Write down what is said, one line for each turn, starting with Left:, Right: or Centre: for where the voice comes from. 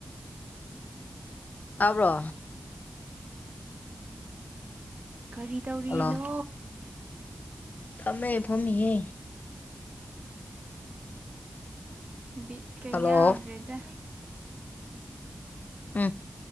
Left: ꯇꯥꯕ꯭ꯔꯣ
Right: ꯀꯔꯤ ꯇꯧꯔꯤꯅꯣ
Left: ꯍꯜꯂꯣ ꯐꯝꯃꯦ ꯐꯝꯑꯦ
Right: ꯕꯤꯠ ꯀꯩ
Left: ꯍꯜꯂꯣ
Right: ꯌꯥꯎꯗ꯭ꯔꯦꯗ
Left: ꯎꯝ